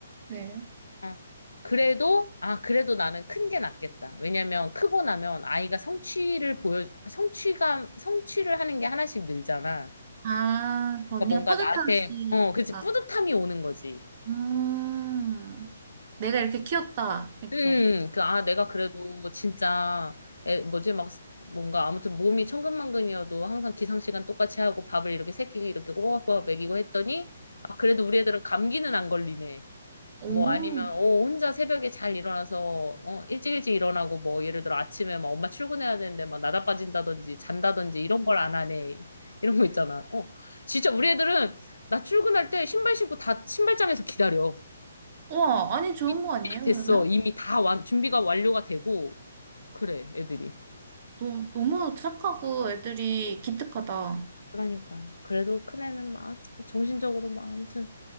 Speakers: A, on the right; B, on the left.
A: 네.
B: 아, 그래도, 아, 그래도 나는 큰 게 낫겠다. 왜냐면 크고 나면 아이가 성취를 보여, 성취감, 성취를 하는 게 하나씩 늘잖아.
A: 아,
B: 그러니까
A: 그 언니가
B: 뭔가
A: 뿌듯하시니까.
B: 나한테, 어, 그치, 뿌듯함이 오는 거지.
A: 음, 내가 이렇게 키웠다. 이렇게.
B: 음, 그, 아, 내가 그래도 진짜, 에, 뭐지, 막, 뭔가, 아무튼 몸이 천근만근이어도 항상 기상시간 똑같이 하고 밥을 이렇게 새끼 이렇게 꼬박꼬박 먹이고 했더니, 아, 그래도 우리 애들은 감기는 안 걸리네.
A: 오,
B: 뭐 아니면, 어, 혼자 새벽에 잘 일어나서, 어, 일찍 일찍 일어나고, 뭐, 예를 들어 아침에 막 엄마 출근해야 되는데 막 나다 빠진다든지, 잔다든지, 이런 걸 안 하네. 이런 거 있잖아. 어, 진짜 우리 애들은 나 출근할 때 신발 신고 다 신발장에서 기다려.
A: 우와, 아니, 좋은
B: 이미
A: 거
B: 준비가
A: 아니에요,
B: 됐어.
A: 그러면?
B: 이미 다 완, 준비가 완료가 되고 그래 애들이.
A: 너, 너무 착하고 애들이 기특하다.
B: 그러니까. 그래도 큰애는 막 정신적으로 막 아무튼